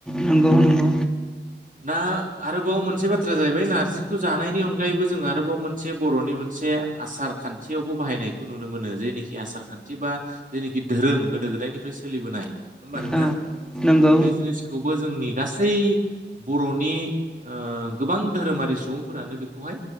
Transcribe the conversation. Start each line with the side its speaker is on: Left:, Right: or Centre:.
Centre: नंगौ नंगौ।
Right: ना आरोबाव मोनसे बाथ्रा जाहैबाय नार्जि खौ जानायनि अनगायैबो जों आरोबाव मोनसे बर'नि मोनसे आसार खान्थियावबो बाहायनायखौ नु नो मोनो जेनिखि आसार खान्थि बा जेनोखि धोरों गोदो गोदायनिफ्राय सोलिबोनाय होमबा नोंथां
Centre: औ नंगौ
Right: बे जिनिसखौबो जोंनि गासै बर'नि ओ गोबां धोरोमारि सुबुंफोरानो बेखौहाय